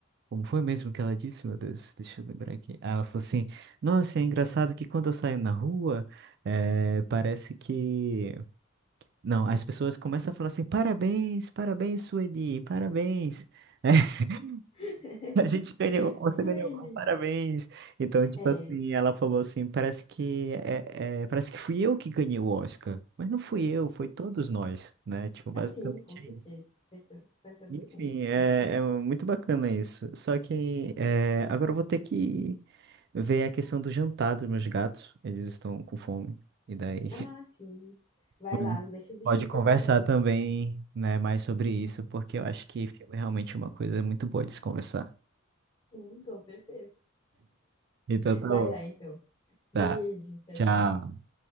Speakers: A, on the right; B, on the left.
A: como foi mesmo que ela disse, meu Deus, deixa eu lembrar aqui. Ah, Ela falou assim: Nossa, é engraçado que quando eu saio na rua, é, parece que não, as pessoas começam a falar assim: Parabéns, parabéns, Sueli, parabéns. <laughs>
B: <laughs>
A: <laughs> A gente ganhou, você
B: Sueli.
A: ganhou, parabéns. Então, tipo
B: É,
A: assim, ela falou assim, parece que é, é, parece que fui eu que ganhei o Oscar, mas não fui eu, foi todos nós, né? Tipo, basicamente
B: assim, com
A: é
B: certeza.
A: isso.
B: Vai ter, vai ter
A: Enfim,
B: todo mundo.
A: é,
B: Uhum.
A: é muito bacana isso. Só que é, agora eu vou ter que ver a questão do jantar dos meus gatos. Eles estão com fome. E daí
B: Ah, sim.
A: <laughs>
B: Vai
A: pode
B: lá, não deixa os bichinhos
A: pode conversar
B: com fome, não.
A: também, né, mais sobre isso, porque eu acho que filme é realmente uma coisa muito boa de se conversar.
B: Sim, com certeza.
A: Então tá
B: Vai
A: bom.
B: lá, então.
A: Tá.
B: Beijo, tchau,
A: Tchau.
B: tchau.